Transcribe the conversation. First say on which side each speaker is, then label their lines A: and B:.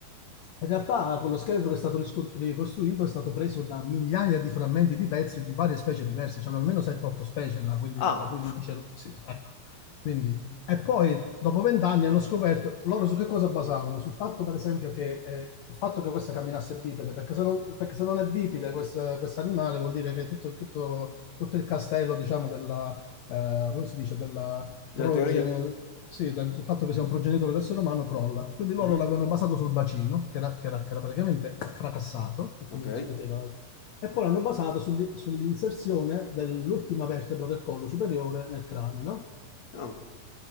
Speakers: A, on the left (about 75°); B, on the left (about 50°).
A: In realtà quello scheletro che è stato risco- ricostruito è stato preso da migliaia di frammenti di pezzi di varie specie diverse, c'erano almeno 7-8 specie là, quindi,
B: Ah,
A: tra cui rinoceronti, sì, ecco. Quindi, e poi dopo vent'anni hanno scoperto loro su che cosa basavano? Sul fatto, per esempio, che eh, il fatto che questa camminasse bipede, perché se non, perché se non è bipede questo animale vuol dire che tutto, tutto- tutto il castello, diciamo, della, eh, come si dice, della
B: della
A: progenie,
B: teoria.
A: sì, del del fatto che sia un progenitore d'essere umano crolla. Quindi loro
B: Mhm.
A: l'avevano basato sul bacino, che era, che era- che era praticamente fracassato, e quindi
B: Ok.
A: non si poteva... E poi l'hanno basato sull- sull'inserzione dell'ultima vertebra del collo superiore nel cranio, no?
B: Oh,